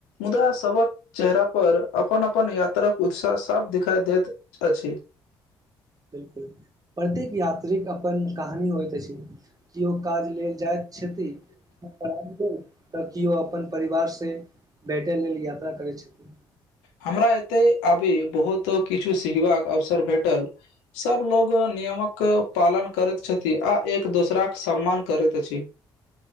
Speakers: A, on the left; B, on the right.
A: मुदा सबक चेहरा पर अपन अपन यात्राक उत्साह साफ दिखाइ देैत अछि
B: बिल्कुल प्रत्येक यात्रीक अपन कहानी होइत अछि कियो काज लेल जाइत छथि। तऽ कियो अपन परिवार से भेटै लेल यात्रा करै छथि।
A: हमरा एतै अभी बहुत किछु सिखबाक अवसर भेटल सब लोग नियमक पालन करैत छथि आ एक दोसराक सम्मान करैत अछि।